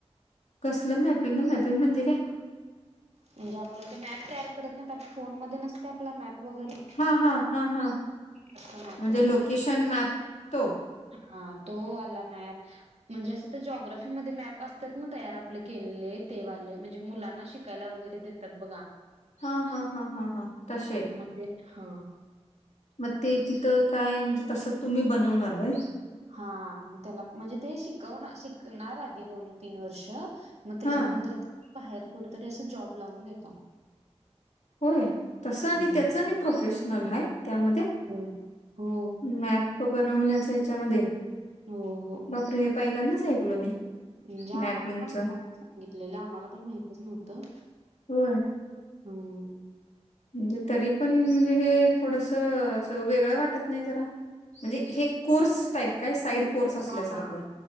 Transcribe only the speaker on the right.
म्हणजे आपलं ते मॅप तयार करत नाहीत फोन मध्ये नसते आपला मॅप वगैरे.
तसं मॅपिंग
तयार,
हा तो वाला मॅप. म्हणजे असं ते जॉग्राफी मध्ये मॅप असतात ना तयार आपले केलेले ते वाले म्हणजे मुलांना शि -कायला वगैरे देतात बघा.
म्हणजे हा
हा मग त्याला म्हणजे ते शिकव शिकणार आधी दोन तीन वर्ष. मग त्याच्यानंतर
बाहेर कुठ तरी अस जॉब लावून देतात.
हम्म,
होय हो
हो.
म्हणजे, आम्हाला
पणनी सांगितलेलं, आम्हाला पण माहितच नव्हतं.
हम
हा हा